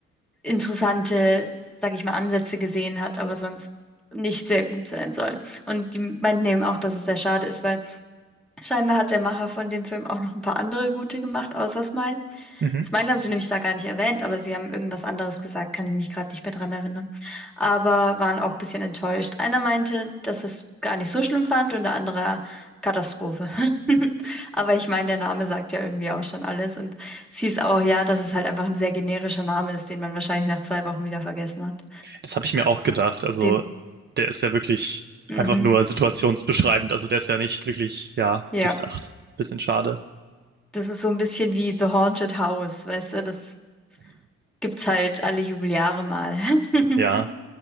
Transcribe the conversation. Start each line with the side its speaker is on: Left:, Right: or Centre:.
Centre: interessante, sag ich mal, Ansätze gesehen hat, aber sonst nicht sehr gut sein soll. Und die meinten eben auch, dass es sehr schade ist, weil scheinbar hat der Macher von dem Film auch noch ein paar andere gute gemacht, außer Smile.
Right: Mhm.
Centre: Smile haben sie nämlich da gar nicht erwähnt, aber sie haben irgendwas anderes gesagt, kann ich mich gerade nicht mehr dran erinnern. Aber waren auch ein bisschen enttäuscht. Einer meinte, dass es gar nicht so schlimm fand und der andere Katastrophe. <laughs> Aber ich meine, der Name sagt ja irgendwie auch schon alles und es hieß auch ja, dass es halt einfach ein sehr generischer Name ist, den man wahrscheinlich nach zwei Wochen wieder vergessen hat.
Right: Das habe ich mir auch gedacht. Also,
Centre: Den,
Right: der ist ja wirklich
Centre: mhm,
Right: einfach nur situationsbeschreibend. Also, der ist ja nicht wirklich, ja,
Centre: ja,
Right: durchdacht. Bisschen schade.
Centre: das ist so ein bisschen wie The Haunted House, weißt du, das gibt's halt alle Jubeljahre mal. <laughs>
Right: Ja.